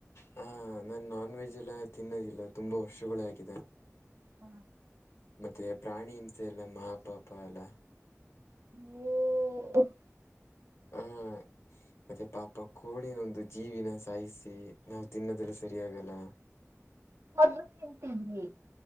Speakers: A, on the left; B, on the right.
A: ಹ ನಾನ ನಾನ ವೆಜ್ ಎಲ್ಲ ತಿನ್ನೋದಿಲ್ಲ. ತುಂಬಾ ವರ್ಷಗಳ ಆಗಿದೆ.
B: ಹ
A: ಮತ್ತು ಪ್ರಾಣಿ ಹಿಂಸೆ ಎಲ್ಲ ಮಾ ಪಾಪ ಎಲ್ಲಾ.
B: ಓ! !!! <unintelligible>
A: ಹ ಮತ್ತೆ ಪಾಪ ಕೋಳಿನ ಒಂದು ಜೀವಿನ ಸಾಯಿಸಿ ನಾವು ತಿನ್ನೋದೆಲ್ಲ ಸರಿಯಾಗಲ್ಲ.
B: ಮೊದ್ಲು ತಿಂತದ್ವಿ.